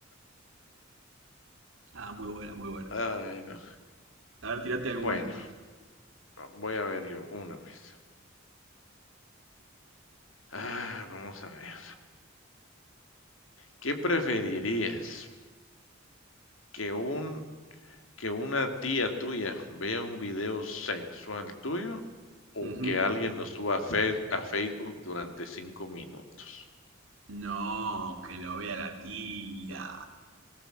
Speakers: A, on the right (about 75°); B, on the left (about 80°).
A: Ah, muy buena, muy buena.
B: Ay, no.
A: A ver, tirate
B: Bueno,
A: alguna.
B: voy a ver yo una vez. Ah, vamos a ver. ¿Qué preferirías? ¿Que un que una tía tuya vea un video sexual tuyo o
A: Ujú.
B: que alguien lo suba a Face a Facebook durante 5 minutos?
A: No, que lo vea la tía.